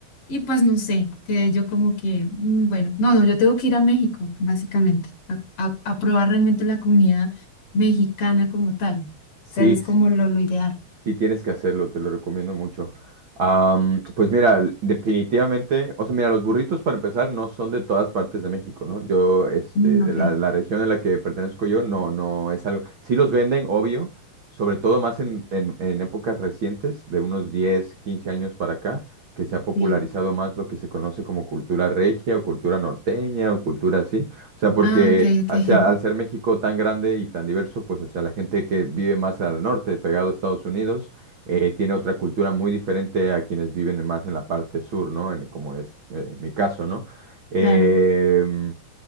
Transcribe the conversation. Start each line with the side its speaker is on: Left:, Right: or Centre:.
Left: Y pues no sé, que yo como que, mm, bueno, no, no, yo tengo que ir a México, básicamente, a, a- a probar realmente la comida mexicana como tal. O
Right: Sí,
Left: sea, es
Right: sí.
Left: como lo, lo ideal.
Right: Sí, tienes que hacerlo, te lo recomiendo mucho. Am, pues mira, l- definitivamente, o sea, mira, los burritos para empezar no son de todas partes de México, ¿no? Yo, este,
Left: Mm,
Right: de
Left: ok,
Right: la, la región en la que pertenezco yo, no, no es algo. Sí los venden, obvio, sobre todo más en, en, en épocas recientes, de unos 10 15 años para acá, que se ha popularizado
Left: sí.
Right: más lo que se conoce como cultura regia o cultura norteña o cultura así. O sea, porque
Left: Ah, ok, ok,
Right: o sea,
Left: <laughs>
Right: al ser México tan grande y tan diverso, pues o sea, la gente que vive más al norte, pegado a Estados Unidos, eh, tiene otra cultura muy diferente a quienes viven más en la parte sur, ¿no? En- como es eh, mi caso, ¿no? Em,
Left: claro.